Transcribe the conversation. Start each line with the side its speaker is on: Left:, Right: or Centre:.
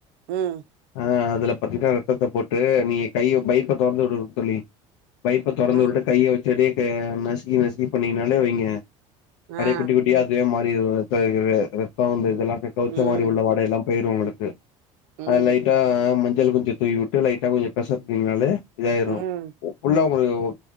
Right: ம்
Left: ஆ அதுல பாத்தீங்கன்னா ரத்தத போட்டு நீங்க கைய பைப்ப தொறந்து விடனு தோழி பைப்ப தொரந்து
Right: அ
Left: வுட்டுட்டு கைய வச்சடியே க நசுக்கி நசுக்கி பண்ணீங்னாலே வைங்க அப்டியே
Right: ஆ
Left: குட்டி குட்டியா அதுவே மாறி ரத்தொ இது ரத்தொ அந்த இதெல்லா கவுச்ச
Right: ம்
Left: மாரி உள்ள வாடையெல்லா எ பேயிரு உங்களுக்கு அது
Right: ம்
Left: லைட்டா மஞ்சள் கொஞ்ச தூவி வுட்டு லைட்டா கொஞ்ச பெசப் னிங்கனாலே இதாயிரு
Right: ம்
Left: புல்லா உங்களுக்கு